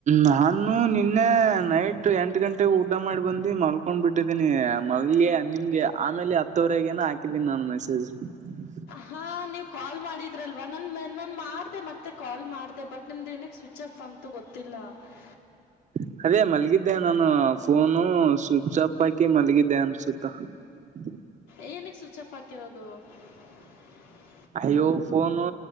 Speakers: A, on the right; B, on the left.
A: ನಾನು, ನಿನ್ನೆ ನೈಟ್! ಎಂಟ ಗಂಟೆಗೆ ಊಟ ಮಾಡಿ ಬಂದಿ ಮಲ್ಕೊಂಡ್ ಬಿಟ್ಟಿದ್ದೀನಿ. <unintelligible> ನಾವುಮಾವಿಗೆ, ನಿಮ್ಗೆ ಆಮೇಲೆ ಹತ್ತವರೆಗೇನ ಹಾಕಿದ್ದೀನಿ ನಾನು ಮೆಸೇಜ್. <unintelligible>
B: ಹಾ, ನೀವ್ ಕಾಲ್ ಮಾಡಿದ್ರಲ್ವಾ! ನನ್ ಮೋನೆ ನನ್, ಮಾಡಿದೆ, ಮತ್ತೆ ಕಾಲ್ ಮಾಡುದೆ, ಬಟ್ ನಿಮ್ದ. <unintelligible> ಸ್ವಿಚ್, ಆಫ್, ಬಂತು, ಗೊತ್ತಿಲ್ಲ. <unintelligible>
A: <unintelligible> <inaudible> ಅದೇ, ಮಲಗಿದ್ದೆ ನಾನು ಫೋನು! ಸ್ವಿಚ್ ಅಪ್ ಹಾಕಿ, ಮಲಗಿದ್ದೆ ಅನಿಸುತ್ತೆ. <unintelligible> <unintelligible> <inaudible>
B: ಏನುಕೈ, ಸ್ವಿಚ್ ಆಫ್ ಹಾಕಿರೋದು! <unintelligible>
A: ಅಯ್ಯೋ, ಫೋನು,